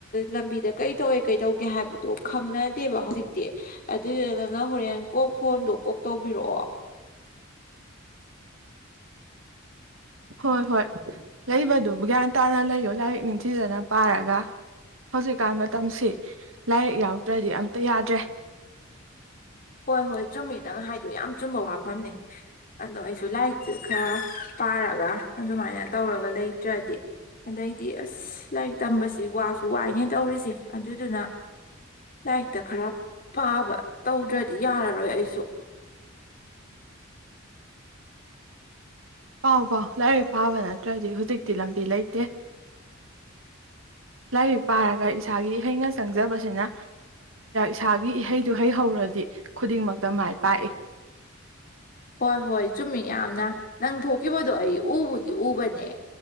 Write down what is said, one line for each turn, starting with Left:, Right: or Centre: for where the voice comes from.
Left: ꯂꯝꯕꯤꯗ ꯀꯩ ꯇꯧꯋꯦ ꯀꯩ ꯇꯧꯒꯦ ꯍꯥꯏꯕꯗꯣ ꯈꯪꯅꯗꯦꯕ ꯍꯧꯖꯤꯛꯇꯤ ꯑꯗꯨꯗꯨ ꯅ ꯅꯪ ꯍꯣꯔꯦꯟ ꯀꯣꯛ ꯐꯣꯟꯗꯣ ꯀꯣꯛ ꯇꯧꯕꯤꯔꯛꯑꯣ
Right: ꯍꯣꯏ ꯍꯣꯏ ꯂꯩꯕꯗꯨ ꯒ꯭ꯌꯥꯟ ꯇꯥꯅ ꯂꯩꯌꯣ ꯂꯥꯏꯔꯤꯛ ꯅꯤꯡꯊꯤꯖꯅ ꯄꯥꯔꯒ ꯍꯧꯖꯤꯛꯀꯥꯟ ꯃꯇꯝꯁꯤ ꯂꯥꯏꯔꯤꯛ ꯌꯥꯎꯗ꯭ꯔꯗꯤ ꯑꯝꯇ ꯌꯥꯗ꯭ꯔꯦ
Left: ꯍꯣꯏ ꯍꯣꯏ ꯆꯨꯝꯃꯤꯗꯪ ꯍꯥꯏꯗꯣ ꯌꯥꯝ ꯆꯨꯝꯕ ꯋꯥꯐꯝꯅꯦ ꯑꯗꯣ ꯑꯩꯁꯨ ꯂꯥꯏꯔꯤꯛꯇꯁꯦ ꯈꯔ ꯄꯥꯔꯒ ꯑꯗꯨꯃꯥꯏꯅ ꯇꯧꯔꯒ ꯂꯩꯇ꯭ꯔꯗꯤ ꯑꯗꯩꯗꯤ ꯑꯁ ꯂꯥꯏꯔꯤꯛ ꯇꯝꯕꯁꯤ ꯋꯥꯁꯨ ꯋꯥꯏꯅꯦ ꯇꯧꯔꯤꯁꯦ ꯑꯗꯨꯏꯗꯨꯅ ꯂꯥꯏꯔꯤꯛꯇ ꯈꯔ ꯄꯥꯕ ꯇꯧꯗ꯭ꯔ ꯗꯤ ꯌꯥꯔꯔꯣꯏ ꯑꯩꯁꯨ
Right: ꯄꯥꯎ ꯄꯥꯎ ꯂꯥꯏꯔꯤꯛ ꯄꯥꯕ ꯅꯠꯇ꯭ꯔꯗꯤ ꯍꯧꯖꯤꯛꯇꯤ ꯂꯝꯕꯤ ꯂꯩꯇꯦ ꯂꯥꯏꯔꯤꯛ ꯄꯥꯔꯒ ꯏꯁꯥꯒꯤ ꯏꯍꯩꯅ ꯆꯪꯖꯕꯁꯤꯅ ꯏꯁꯥꯒꯤ ꯏꯍꯩꯗꯨ ꯍꯩ ꯍꯧꯔꯗꯤ ꯈꯨꯗꯤꯡꯃꯛꯇ ꯃꯥꯏ ꯄꯥꯛꯏ
Left: ꯍꯣꯏ ꯍꯣꯏ ꯆꯨꯝꯃꯤ ꯌꯥꯝꯅ ꯅꯪ ꯊꯣꯛꯈꯤꯕꯗꯣ ꯑꯩ ꯎꯕꯨꯗꯤ ꯎꯕꯅꯦ